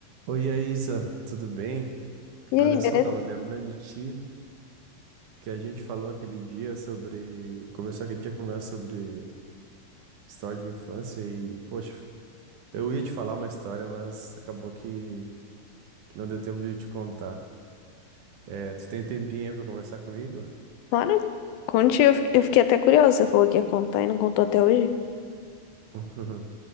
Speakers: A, on the right; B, on the left.
A: Oi, Isa, tudo bem?
B: E
A: Olha
B: aí, beleza?
A: só, tava lembrando de ti que a gente falou aquele dia sobre. Começou aquele dia a conversa sobre história de infância e, poxa, eu ia te falar uma história, mas acabou que que não deu tempo de eu te contar. É, tu tem um tempinho aí pra conversar comigo?
B: Claro. Conte, eu fi- eu fiquei até curiosa. Você falou que ia contar e não contou até hoje.
A: <laughs>